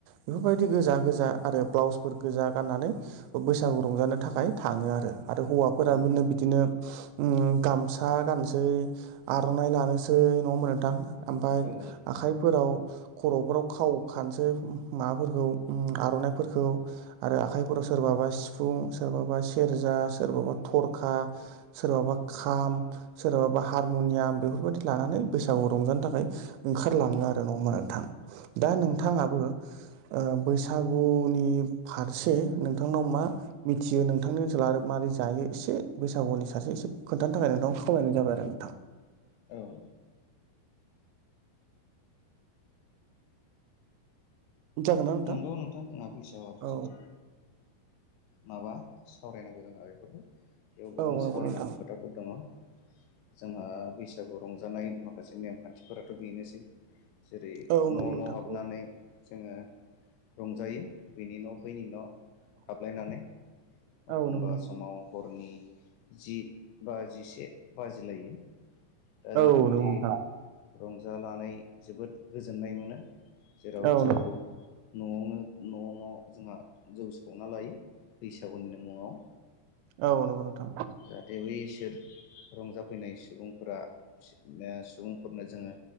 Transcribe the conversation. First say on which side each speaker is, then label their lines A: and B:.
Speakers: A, on the right (about 85°); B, on the left (about 85°).
A: बेफोरबायदि गोजा-गोजा आरो ब्लाउसफोर गोजा गाननानै बैसागु रंजानो थाखाय थाङो आरो आरो हौवाफोराबोनो
B: नोंथां
A: बिदिनो उम गामस हा गाननोसै आर'नाइ लानोसै नङा ओमबा नोंथां आमफाय
B: औ नोंथां
A: आखाइ फोराव खर'फोराव खाव खानसै माबाफोरखौ उम आर'नाइफोरखौ आरो आखाइफोराव सोरबाबा सिफुं सोरबाबा सेरजा सोरबाबा थरखा सोरबाबा खाम सोरबाबा हारमनियाम बेफोरबायदि लानानै बैसागु रंजानो थाखाय ओंखारलाङो आरो नङा होमबा नोंथां दा
B: औ
A: नोंथाङाबो
B: नोंथां
A: ओ बैसागुनि फारसे नोंथांनाव मा मिथियो नोंथांनि ओनसोलाव आरो मारै जायो इसे बैसागुनि सासे एसे खोन्थानो थाखाय नोंथां फमायनाय जाबाय आरो नोंथां
B: औ
A: जागोन ना
B: नोंगौ नोंथां जोंहा बैसागुआथ'
A: औ
B: जोबोद माबा सावरायनांगौ जोंहा बेफोरखौ बेयाव गोबां
A: औ
B: सावरायनांगौ
A: नंगौ नोंथां
B: खोथाफोर दङ' जोंहा बैसागु रंजानाय माखासे नेमखान्थिफोराथ' बेनोसै जेरै
A: औ
B: न'
A: नंगौ नोंथां
B: - न' हाबनानै जोङो रंजायो बेनि न' बैनि न' हाबलायनानै अखमबा
A: औ नंगौ
B: समाव हरनि जि बा जिसे बाजिलायो
A: नोंथां
B: दा जोंहा बिदि रंजानानै जोबोद गोजोननाय मोनो जेराव
A: औ
B: जौ न'आवनो न'-न' जोंहा जौ सावना लायो बैसागुनिनो मुङाव
A: औ नंगौ नोंथां
B: जाहाथे बै इसोर रंजाफैनाय सुबुंफोरा <unintelligible> सुबुंफोरनो जोङो